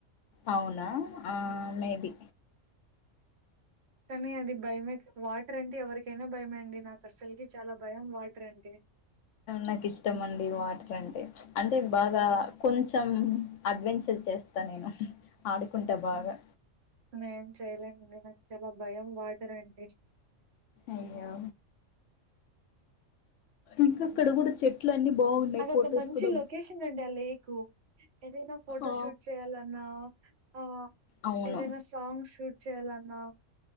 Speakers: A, on the left (about 75°); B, on the right (about 60°).
A: అవునా ఆ మేది
B: కానీ అది భయమే వాటర్ అంటే ఎవరికైనా భయమే నాకు అస్స కకి చాలా భయం వాట్రడి
A: నాకు ఇష్టం అండి వాటర్ అంటే అంటే బాగా
B: నాకు
A: కొంచెం అడ్వెంచర్ చేస్తా నేను ఆడుకుంటా బాగా
B: నేం చేయలేనండి నాకు చాలా భయం వాటర్ అంటే
A: అయ్యో ఇంకా అక్కడ కూడా చెట్లు అన్ని బాగున్నాయి
B: అదిొ
A: ఫొటోస్
B: ఒక మంచి
A: కూడా
B: లొకేషన్ అండి ఆ లేక్ ఏదైనా ఫోటో
A: ఆ
B: షూట్ చేయాలన్నా ఆ
A: అవును
B: ఏదైనా సాంగ్ షూట్ చేయాలన్నా